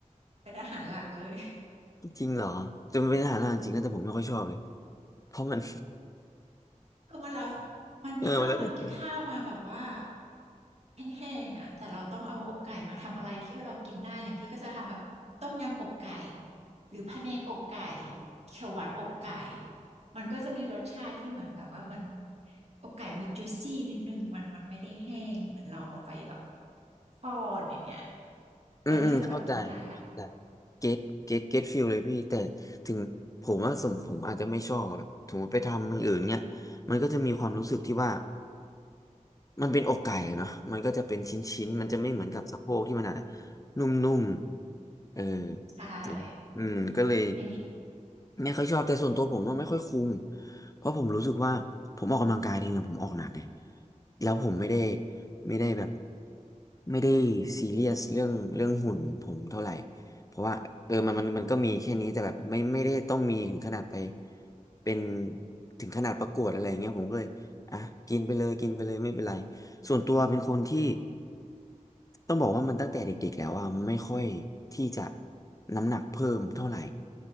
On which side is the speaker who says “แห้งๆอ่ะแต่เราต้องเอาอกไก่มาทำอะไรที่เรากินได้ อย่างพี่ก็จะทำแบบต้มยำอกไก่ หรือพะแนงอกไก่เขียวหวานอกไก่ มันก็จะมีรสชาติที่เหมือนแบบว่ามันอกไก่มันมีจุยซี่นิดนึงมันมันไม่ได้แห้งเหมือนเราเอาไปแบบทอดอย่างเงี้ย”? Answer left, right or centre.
Right